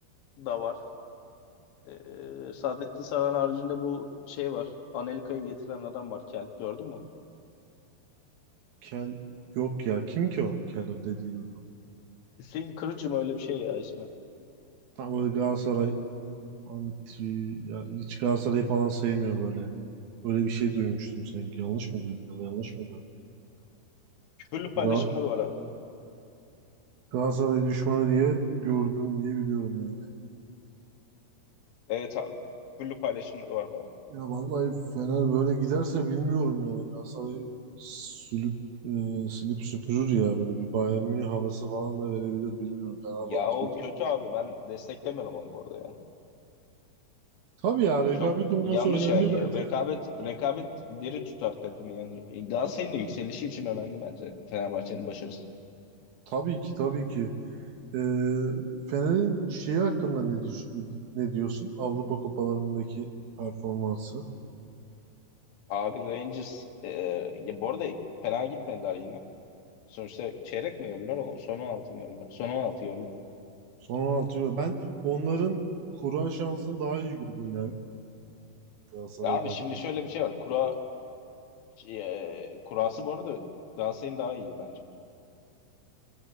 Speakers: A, on the left; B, on the right.
A: da var. Ee, Saadettin Saran haricinde bu şey var. Anelka'yı getiren adam var. Kel. Gördün mü onu?
B: Kel yok ya. Kim ki o? Kel o dediğin adam.
A: Hüseyin Kırıcı mı öyle bir şey ya ismi?
B: Tam böyle Galatasaray anti ya hiç Galatasaray'ı falan sevmiyor böyle. Böyle bir şey duymuştum sanki. Yanlış mı duydum ya da yanlış mı gördüm?
A: Küfürlü paylaşımları
B: Gal
A: var abi.
B: Galatasaray düşmanı diye gördüm diye biliyorum yani.
A: Evet abi. Küfürlü paylaşımları var bayağı.
B: Ya vallahi Fener böyle giderse bilmiyorum yani. Galatasaray sülüp e, silip süpürür ya böyle bir Bayern Münih havası falan da verebilir bilmiyorum Fenerbahçe
A: Ya o
B: için.
A: kötü abi. Ben desteklemiyorum onu bu arada ya.
B: Tabii ya rekabet
A: Çok
B: olması
A: yanlış
B: önemli
A: yani.
B: bence.
A: Rekabet rekabet diri tutar takımı yani. Galatasaray'ın da yükselişi için önemli bence. Fenerbahçe'nin başarısı.
B: Tabii ki tabii ki. E, Fener'in şeyi hakkında ne, düş ne diyorsun? Avrupa kupalarındaki performansı.
A: Abi Rangers e, ya bu arada fena gitmediler yine. Sonuçta çeyrek mi yiyorlar? O- Son 16 mı yiyorlar? Son 16
B: Son 16 yıl. Ben onların kura şansını daha iyi gördüm yani Galatasaray'dan.
A: Ya abi şimdi şöyle bir şey var. Kura e, kurası bu arada Galatasaray'ın daha iyiydi bence.